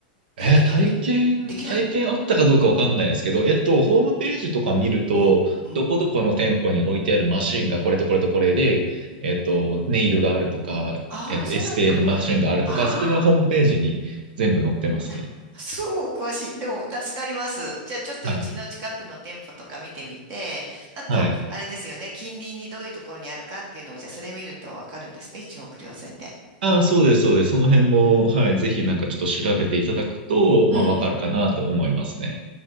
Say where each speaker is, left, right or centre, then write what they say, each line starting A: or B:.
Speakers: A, on the right; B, on the right.
A: えー体験、
B: 体験ってできないできない
A: 体験あったかどうかわかんないですけど、えっと、
B: のうん、
A: ホームページとか見ると、
B: うん、うん。
A: どこどこの店舗に置いてあるマシンがこれとこれとこれで、えっと、ネイルがあるとか、
B: ああ、
A: えっと、
B: そうなんだ。
A: エステのマシンがあるとか、
B: あ、あ
A: それはホームページに全部載ってますね。
B: あ、な、そう、詳しい。でも、助かります。じゃあ、ちょっとうちの近くの店舗とか見てみて、
A: はい。
B: あと、
A: はい。
B: あれですよね、近隣にどういうところにあるかっていうのを、じゃあ、それ見るとわかるんですね。一目瞭然で。
A: ああ、そうです、そうです。その辺も、はい、ぜひなんかちょっと調べていただくと、
B: うん。
A: まあ、わかるかなと思いますね。